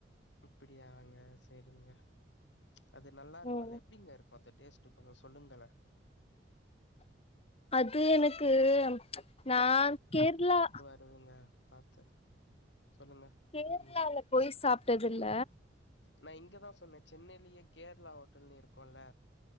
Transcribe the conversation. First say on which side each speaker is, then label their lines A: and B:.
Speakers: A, on the left; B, on the left.
A: அப்டியாங்க செரிங்க அது நல்லா இருக்குல்ல
B: ம்
A: எப்டிங்க இருக் அப்போ அந்த டேஸ்ட் கொஞ்ச சொல்லுங்களே
B: அது எனக்கு நா கேரளா
A: சொல்லுங்க பாத்து சொல்லுங்க
B: கேர்ளால
A: ம்
B: போய் சாப்டதில்ல
A: நா இங்கதா சொன்ன சென்னையிலயே கேரளா ஹோட்டல்னு இருக்குல்ல